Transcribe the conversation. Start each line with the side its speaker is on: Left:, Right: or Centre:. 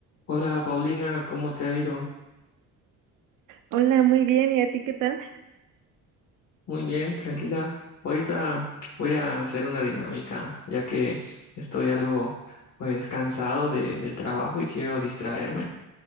Left: Hola Paulina, ¿cómo te ha ido?
Right: Hola, muy bien. ¿Y a ti qué tal?
Left: Muy bien, tranquila. Ahorita voy a hacer una dinámica, ya que estoy algo pues cansado de- del trabajo y quiero distraerme.